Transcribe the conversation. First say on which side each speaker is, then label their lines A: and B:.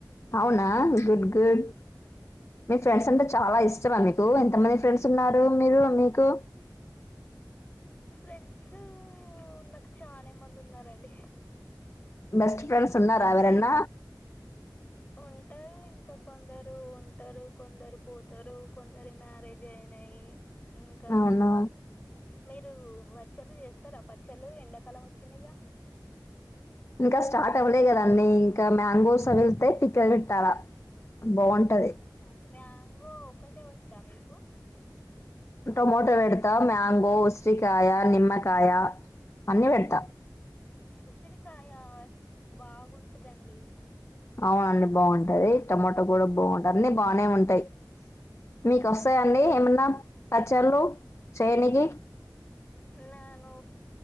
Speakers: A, on the left (about 40°); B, on the left (about 20°).
A: అవునా అ గుడ్ గుడ్. మీ ఫ్రెండ్స్ అంటే చాలా ఇష్టమా మీకు ఎంతమంది ఫ్రెండ్స్ ఉన్నారు మీరు మీకు
B: ఫ్రెండ్స్ నాకు చాలానే మంది ఉన్నారండి.
A: బెస్ట్ ఫ్రెండ్స్ ఉన్నారా ఎవరన్న.
B: ఉంటరు ఇంకా కొందరు ఉంటారు కొందరు పోతారు కొందరి మ్యారేజ్ అయినాయి ఇంకా
A: అవునా
B: మీరు పచ్చళ్ళు చేస్తారా పచ్చళ్లు ఎండాకాలం వచ్చిందిగా
A: ఇంకా స్టార్ట్ అవ్వలే కదండి ఇంకా మ్యాంగోస్ అ వెళ్తే పిక్క పెట్టాలా బాగుంటది
B: మ్యాంగో ఒకటే వచ్చా మీకు
A: టొమోటో వెడతా మ్యాంగో, ఉసిరికాయ, నిమ్మకాయ. అన్ని వెడ్తా.
B: ఉసిరికాయ బాగుంటదండి.
A: అవునండి బాగుంటది టమోటా కూడా బాగుంటది అన్ని బానే ఉంటాయి మీకు వస్తాయిండి ఏమన్నా పచ్చళ్లు చేయనికి
B: నేను